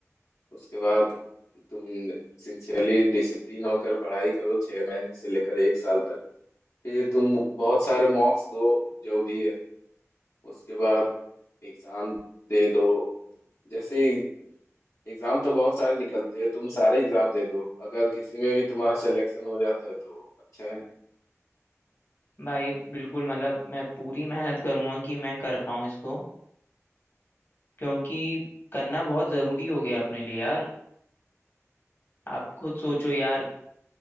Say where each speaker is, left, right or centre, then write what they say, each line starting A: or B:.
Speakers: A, on the left; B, on the left.
A: उसके बाद तुम सिंसियरली डिसिप्लिन होकर पढ़ाई करो छह महीने से लेकर एक साल तक फिर तुम बहुत सारे मॉक्स दो जो भी है उसके बाद एग्जाम दे दो जैसे एग्जाम तो बहुत सारे निकलते हैं तुम सारे एग्जाम दे दो अगर किसी में भी तुम्हारा सिलेक्शन हो जाता है तो अच्छा है
B: भाई बिल्कुल मतलब मैं पूरी मेहनत करूंगा कि मैं कर पाऊँ इसको क्योंकि करना बहुत जरूरी हो गया अपने लिए यार आप खुद सोचो यार